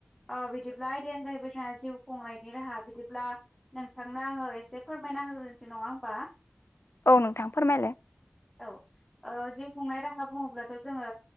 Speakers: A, in the centre; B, on the left.
A: औ बिदिब्ला आयदायानो जाहैबाय जोंना जिउ खुंनायनि राहा बिदिब्ला नोंथांनो आङो एसे फोरमायना होग्रोनोसै नङा होमबा
B: औ नोंथां फोरमायलाय
A: औ। ओ जिउ खुंनाय राहा बुङोब्लाथ' जोङो